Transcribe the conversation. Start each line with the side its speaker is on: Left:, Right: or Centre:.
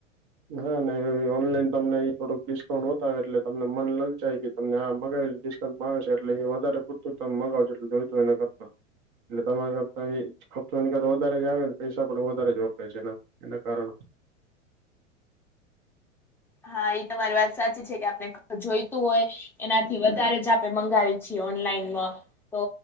Right: નાા ના ઓનલાઈન તમને એ થોડુક ડિસ્કાઉન્ટ બતાવે એટલે તમને મન લલચાય તમને આ મગાવે ડિસ્કાઉન્ટ માગે છે એટલે એ વધારે પૂરતું તમે મગાવો એટલે જોય તો એને કર એટલે તમારે <unintelligible> વધારે જ આવે ને પૈસા પણ વધારે જ વપરાય છે એના એના કારણે
Centre: હા એ તમારી વાત સાચી છે કે આપને જોઈતું હોય એનાથી વધારે જ આપે મંગાવી છીએ ઓનલાઈનમાં તો